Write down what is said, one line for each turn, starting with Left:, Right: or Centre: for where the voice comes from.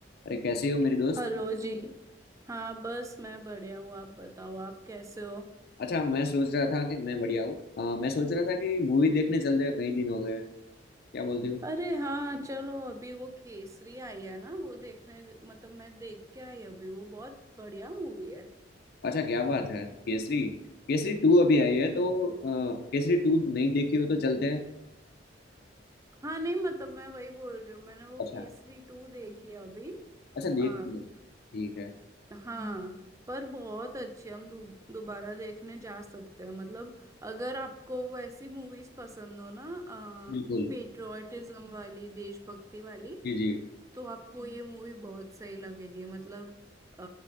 Left: अरे कैसी हो मेरी दोस्त
Right: Hello जी हाँ बस मैं बढ़िया हूँ आप बताओ आप कैसे हो
Left: अच्छा मैं सोच रहा था कि मैं बढ़िया हूँ अ, मैं सोच रहा था कि मूवी देखने चलते हैं कई दिन हो गए क्या बोलती हो
Right: अरे हाँ चलो अभी वो केसरी आई है ना वो देखने मतलब मैं देख के आई अभी वो बहुत बढ़िया मूवी है
Left: अच्छा क्या बात है केसरी केसरी टू अभी आई है तो अ, केसरी टू नहीं देखी हो तो चलते हैं
Right: हाँ नहीं मतलब मैं वही बोल रही हूँ मैंने वो
Left: अच्छा
Right: केसरी टू देखी है अभी
Left: अच्छा देखती
Right: आ,
Left: है ठीक है
Right: हाँ पर बहुत अच्छी हम दो, दोबारा देखने जा सकते हैं मतलब अगर आपको वैसी मूवीज पसंद हो ना
Left: बिल्कुल
Right: पेट्रियोटिज्म वाली देशभक्ति वाली
Left: जी जी
Right: तो आपको हम्म ये मूवी बहुत सही लगेगी मतलब अ,